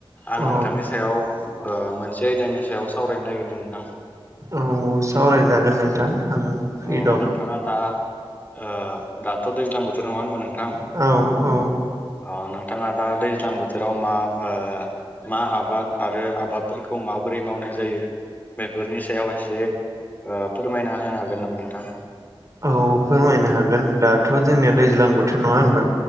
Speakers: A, on the left (about 20°); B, on the right (about 35°).
A: आं
B: औ
A: नोंथांनि सायाव ओ मोनसे आयदानि सायाव सावरायनो नागिरदों नोंथां।
B: औ सावरायजागोन नोंथां। आं फ्रि
A: अ
B: दं
A: नोंथाङा दा ओ दाथ' दैज्लां बोथ थोर नङा होनबा नोंथां?
B: औ औ
A: अ नोंथाङा दा दैज्लां बोथोराव मा ओ मा आबाद आरो आबादफोरखौ माबोरै मावनाय जायो बेफोरनि सायाव एसे ओ फोरमायना होनो हागोन नामा नोंथां?
B: औ फोरमायनो हागोन दाथ' जोंनिया दैज्लां बोथोर नङा होनबा